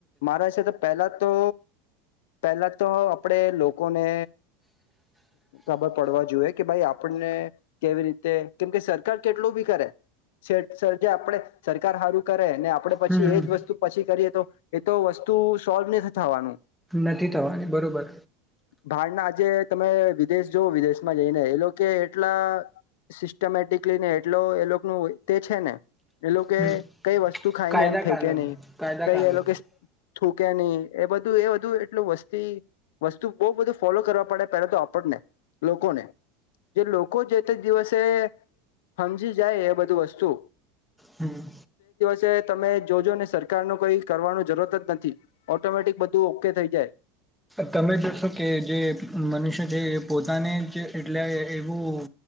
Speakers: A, on the left (about 75°); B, in the centre.
A: મારા, હશે તો પહેલા તો પહેલા તો આપણેે લોકોને ખબર પડવા જોઈએ કે ભાઈ આપણને કેવી રીતે, કેમ કે સરકાર કેટલું ભી કરે છેઠ સરજે આપણેજે આપે સરકાર સારું કરે ને આપડે પછી
B: હમ હમ.
A: એજ વસ્તુ પછી કરીએ તો એ તો વસ્તુ સોલ્વ નથી થવાનું
B: નથી થવાની બરોબર
A: બાર ના આજે તમે દેશ જોવ વિદેશમાં જઈને એ લોકો એટલા સિસ્ટમેટિકલી ને એટલો એ લોકો ન તે છે ને એ લોકે
B: હમ
A: કઈ વસ્તુ ખાઈને
B: કાયદા
A: એમ ફેંકે
B: કાનૂન
A: ન ઈ,
B: કાયદા
A: કઈ
B: કાનૂન
A: એ લોકો થૂકેની એ બધું એ બધું એટલું વસ્તી વસ્તુ બહુ બધું ફોલો કરવા પડે પેલા તો આપ આપણને, લોકોને, જે લોકો જે તે જ દિવસે હમજી જાય એ બધું વસ્તુ
B: હમ
A: કે, તમે, જોજો ને સરકારનું કઈ કરવાનું જરૂરત જ નથી, ઓટોમેટિક બધું ઓકે થઈ જાય
B: તમે જોશો કે જે મનુષ્ય છે એ પોતાને જ એટલે એવું